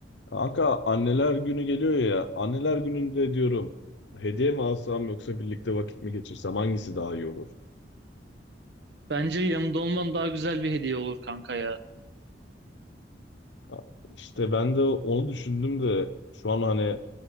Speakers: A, on the left; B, on the right.
A: Kanka anneler günü geliyor ya. Anneler gününde diyorum hediye mi alsam yoksa birlikte vakit mi geçirsem hangisi daha iyi olur?
B: Bence yanımda olman daha güzel bir hediye olur kanka ya.
A: Ha, İşte ben de onu düşündüm de şu an hani